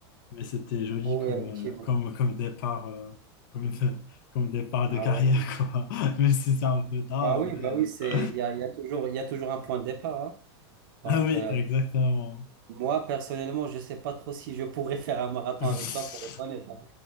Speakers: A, on the left (about 50°); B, on the right (about 50°).
A: Mais c'était joli
B: Oh,
A: comme,
B: ouais, effectivement.
A: euh, comme, comme départ, euh, comme, <laughs> comme départ
B: Ah
A: de carrière,
B: ouais.
A: quoi. <laughs> Même si c'est
B: Ah,
A: un peu tard,
B: Bah oui,
A: mais...
B: bah oui, c'est,
A: <laughs>
B: il y a, il y a toujours, il y a toujours un point de départ. hein. Donc,
A: Ah oui,
B: euh,
A: exactement.
B: moi, personnellement, je sais pas trop si je pourrais faire un marathon
A: <laughs>
B: avec toi, pour être honnête. hein.